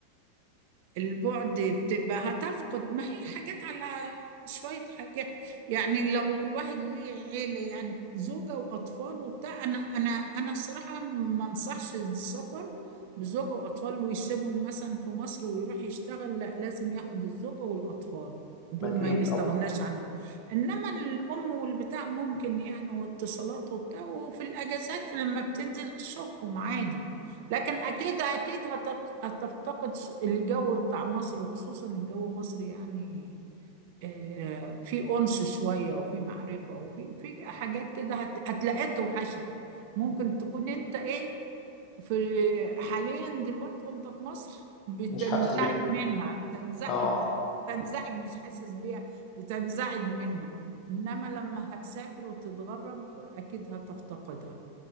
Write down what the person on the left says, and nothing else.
اكيد
طبعا
مش حاسس بيه
اه